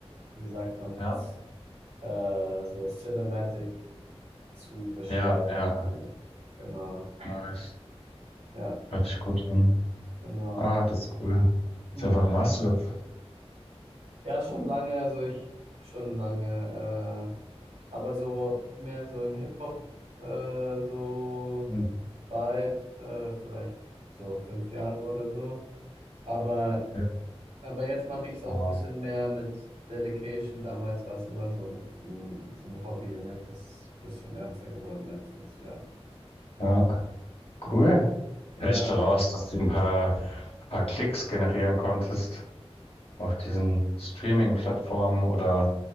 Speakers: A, on the right; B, on the left.
A: wie sagt man,
B: Ja,
A: äh, so cinematic zu beschreiben
B: ja, ja.
A: irgendwie. Genau,
B: Nice.
A: ja,
B: Hört sich gut an.
A: genau.
B: Ah, das ist cool.
A: Hm.
B: Seit wann machst du das?
A: Ja, schon lange, also ich schon lange, äh, aber so mehr so im Hip-Hop, äh, so
B: Mhm.
A: Vibe, äh, vielleicht so fünf Jahre oder so. Aber,
B: Ja,
A: aber jetzt mache ich es auch
B: aber-
A: ein bisschen mehr mit Dedication. Damals war es immer so ein, mm, so ein Hobby und jetzt ist es ein bisschen ernster geworden letztens, ja.
B: ja,
A: Genau.
B: cool.
A: Ja.
B: Vielleicht daraus, dass du ein paar, paar Klicks generieren konntest auf diesen Streaming-Plattformen oder